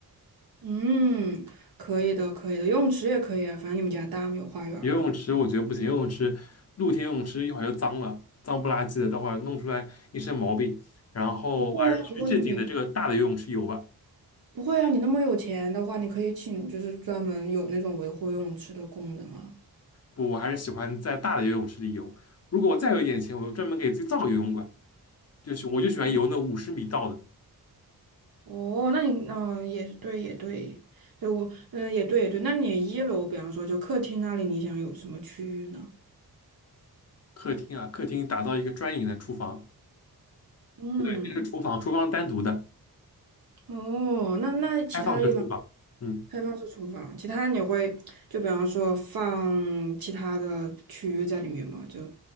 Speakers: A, on the right; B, on the left.
A: 嗯，可以的，可以的，游泳池也可以啊，反正你们家大吗？有花园儿吗？
B: 游泳池我觉得不行，游泳池露天游泳池一会儿就脏了，脏不拉几的，待会儿弄出来一身毛病。然后我还是去正经的这个大的游泳池游吧。
A: 不会啊，不会你不会啊，你那么有钱的话，你可以请就是专门有那种维护游泳池的工人啊。
B: 不，我还是喜欢在大的游泳池里游。如果我再有一点钱，我就专门给自己造个游泳馆，就喜我就喜欢游那五十米道的。
A: 哦，那你嗯、也也对，也对，对我嗯、也对也对就我嗯也对也对那你一楼比方说就客厅那里，你想有什么区域呢？
B: 客厅啊，客厅打造一个专营的厨房，
A: 嗯，
B: 不对，这是厨房，厨房单独的，
A: 哦，那那其他地方
B: 开放式厨房。嗯。
A: 开放式厨房，其他你会就比方说放其他的区域在里面吗？就